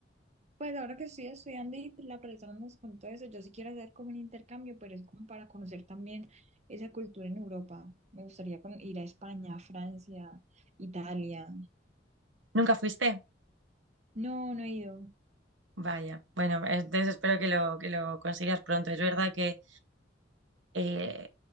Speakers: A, on the right; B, on the right.
A: Pues ahora que estoy estudiando y la profesora nos contó eso, yo sí quiero hacer como un intercambio, pero es como para conocer también esa cultura en Europa. Me gustaría con- ir a España, Francia, Italia.
B: ¿Nunca fuiste?
A: No, no he ido.
B: Vaya, bueno, entonces espero que lo, que lo consigas pronto. Es verdad que eh,